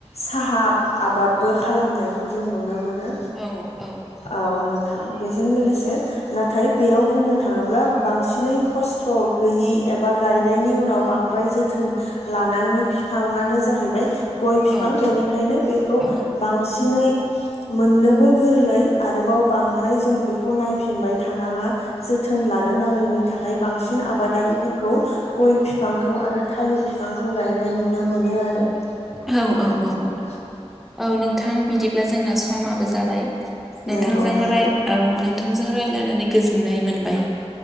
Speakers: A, on the left; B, in the centre.
A: साहा आबादबो खालामनायखौ जों नुनो मोनो।
B: औ औ।
A: औ नोंथां बेजों लोगोसे नाथाय बेयाव बुंनो थाङोब्ला बांसिनै खस्थ' गैयि एबा गायनायनि उनाव बांद्राय जोथोन लानाङि फिफांङानो जाहैबाय गय फिफां,
B: औ
A: बेनिखायनो बेखौ
B: औ
A: बांसिन दिनै मोननोबो गोरलै, आरोबाव बांद्राय जों बेखौ नायफिनबाय थानाङा। जोथोन लानो नाङैनि थाखाय बांसिन आबादारिफोरखौ गय बिफांखौ आरो थालिर बिफांखौ गायनाय नुनो मोनो। मोननो आरो
B: औ
A: नंगौ
B: औ औ
A: नोंथां।
B: औ नोंथां बिदिब्ला जोंना समाबो जाबाय नोंथांजों
A: नंगौ नोंथां
B: राय औ नोंथांजों रायज्लायनानै गोजोननाय मोनबाय।